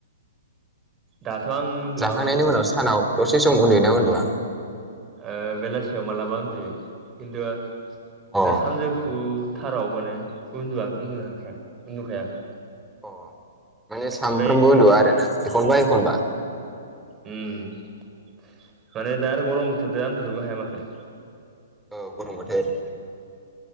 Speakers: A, on the right (about 25°); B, in the centre.
A: दाथ' आं उन्दुआ
B: जाखांनायनि
A: उन्दुनायालाय
B: उनाव सानाव दसे सम उन्दुयैना उन्दुवा?
A: ओ बेलासियाव मालाबा उन्दुयो। खिन्थु
B: अ
A: दा सानजौफु थाराव माने उन्दु आं उन्दुनो हाखाया उन्दुखाया।
B: अ माने सानफ्रामबो
A: ओमफ्राय
B: उन्दुआ आरोना एखनबा एखनबा।
A: उम माने दा आरो गरम बोथोर दा उन्दुनोबो हाया माथो।
B: औ गरम बोथोर।